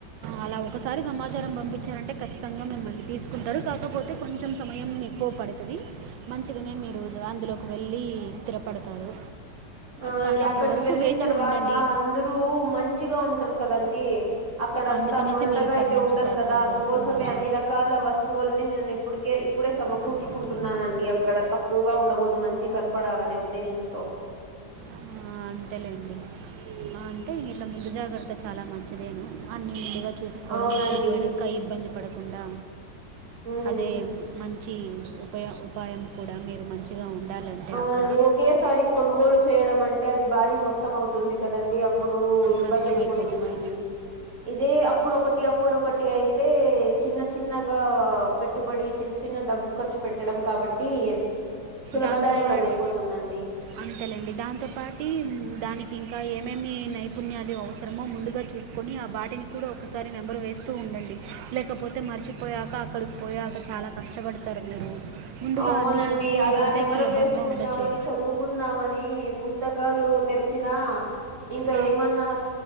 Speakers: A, on the right (about 80°); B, on the right (about 40°).
A: అలా ఒకసారి సమాచారం పంపించారంటే ఖచ్చితంగా మిమ్మల్ని తీసుకుంటారు కాకపోతే కొంచెం సమయం ఎక్కువ పడింది తది మంచిగానే మీరు అందులోకి వెళ్ళి స్థిరపడతారు
B: అవునండి
A: కానీ అప్పటి
B: అక్కడికి
A: వరకు
B: వెళ్ళిన
A: వేచి
B: తర్వాత
A: ఉండండి
B: అందరూ మంచిగా ఉంటారు కదండీ అక్కడంతా
A: అందుకనేసి
B: మోరటగా
A: మీరు ఇప్పటి
B: అయితే
A: నుంచి
B: ఉండరు
A: ప్రయత్నాలు
B: కదా అందుకోసమే
A: చేస్తున్నారా
B: అన్ని రకాల వస్తు వస్తువుల్ని నేను ఇప్పటికే ఇప్పుడే సమకూర్చుకుంటున్నానండి
A: అంత గట్టిగా మాట్లాడట్లా.
B: అక్కడ తక్కువగా ఉండకూడదు మంచి కనపడాలనే ఉద్దేశం శం తో
A: ఆ, అంతేలేండి అంతే ఇట్లా ముందు జాగ్రత్త చాలా మంచిదేను అన్ని ముందుగా చూసుకోవడం
B: అవునండి
A: అక్కడి పోయినాక ఇబ్బంది పడకుండా
B: ఉమ్
A: అదే మంచి ఉపా ఉపాయం కూడా మీరు మంచి చిగా ఉండాలంటే
B: అవునండి
A: అక్కడ
B: ఒకేసారి కొనుగోలు చేయడం అంటే అది భారీ మొత్తం అవుతుంది కదండి అప్ ఇప్పుడు ఇబ్బంది
A: కష్టమైపోతుంది
B: అయిపోతుందండి ఇదే అప్పుడు ఒకకటి అప్పుడు ఒకటి అయితే చిన్న చిన్నగా పెట్టుబడి చిన్న చిన్న డబ్బు ఖర్చు పెట్టడం కాబట్టి సులభదాయకం
A: దాంతో పాట్
B: అయిపోతుందండి
A: అంతలేండి దాంతోపాటి దానికి ఇంకా ఏమేమి నైపుణ్యాలు అవసరమో ముందుగా చూసుకు కొని ఆ వాటిని కూడా ఒకసారి నెమరు వేస్తూ ఉండండి లేకపోతే మర్చిపోయాక అక్కడికి పోయాక చాలా కష్టపడతారు మీరు ముందుగా
B: అవునండి
A: అన్నీ చూసుకుంటుంటే
B: అలా నెమరు
A: సులభంగా
B: వేసుకుందామని
A: ఉండొచ్చు
B: చదువుకుందామని పుస్తకా పుస్తకాలు తెరిచినా ఇంకా
A: ఆ,
B: ఏమన్నా